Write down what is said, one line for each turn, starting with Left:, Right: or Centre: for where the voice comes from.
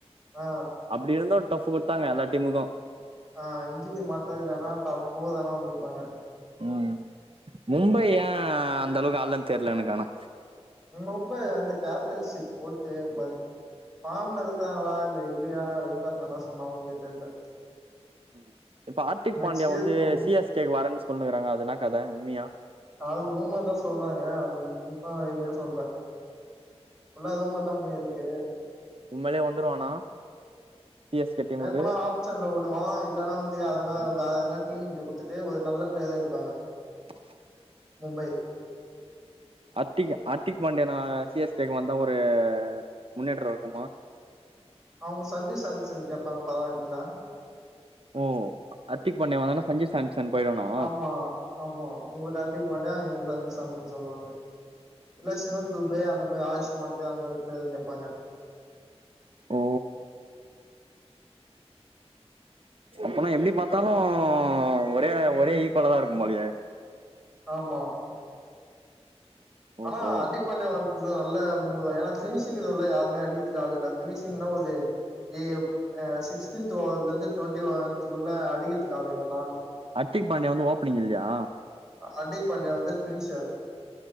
Centre: ஆ
Right: அப்டி இருந்து டஃப் குடுத்தாங்க எல்லா டீமுக்கு
Centre: அ இஞ்சூரி மட்டு இல்லனா டஃப் ஓ தானா குடுத்துப்பாங்க
Right: ம் மும்பை ஏ அந்த அளவுக்கு ஆடலனு தெர்ல எனக்கு ஆனா
Centre: மும்பை வந்து கேப்டன்ஷிப் ஓகே பட் ஃபாம்ல இருக்காங்களா இல்ல இல்லையா வெறுப்பேத்தாலு சும்மா அவுங்களுக்கே தெர்ல
Right: ம் இப்ப ஆர்த்திக்
Centre: நெக்ஸ்ட்
Right: பாண்டியா
Centre: இயர்
Right: வந்து
Centre: கம்
Right: சி எஸ் கே க்கு வரேன்னு சொல்னுக்கிறாங்க அது என்னா கத உண்மியா
Centre: அது ரூமர் தா சொல்றாங்க அது முப் முப்மா எதுமே சொல்லல ஃபுல்லா ரூமர் தா போயி ருக்கு
Right: உண்மைலே வந்துருவானா சிஎஸ்கே டீமுக்கு
Centre: வேணுமனா ஆப் ஷன்ல வுடுவா இல்லனா வந்து எதனா வேற எதனா டீம் கிட்ட குடுத்துட்டு ஒரு நல்ல பிளேர்ரா எடுப்பாங்க
Right: <inaudible>
Centre: மும்பை
Right: அர்த்திக் அர்த்திக் பாண்டியனா சி எஸ் கே க்கு வந்தா ஒரு முன்னேற்ற இருக்குமா
Centre: அவுங்க சஞ்சுசாம்சனு கேப்பாங்க பரவால்லிங்ளா
Right: ஓ அர்த்திக்பாண்டியா வரான சஞ்சுசாம்சன் போய்டுவானா
Centre: ஆமா ஆமா உங்களுக்கு அர்திக்பாண்டியா எங்களு சஞ்சுசாம்சன் சொல்லுவாங்க இல்ல சிவம்துபே அந்தமா ஆயுஷ்மாத்தே அந்தமா ப்ளேயர் கேப்பாங்க
Right: ஓ அப்பனா எப்டிபாத்தாலு ஒரே ஒரே ஈக்குவலதா இருக்கு போலயே
Centre: ஆமா
Right: ஓஹோ
Centre: அனா அர்திப் பாண்டியா வந்தது நல்ல மூவ்தா ஏனா ஃபினிஷிங் இதுஉல்ல யாருமே அடிக்கிறதுக்கு ஆளு இல்ல ஃபினிஷ்ங்னா உது யேப் அ சிக்ஸ்டீன்த் ஓவர்லருந்து ட்வென்டி ஓவத்துகுள்ள அடிக்கிறத்துக்கு ஆலு இல்ல நாலு
Right: அர்த்திக்பாண்டியா வந்து ஓப்னிங் இல்லியா
Centre: அ அர்டிக்பாண்டியா வந்து ஃபினிஷர்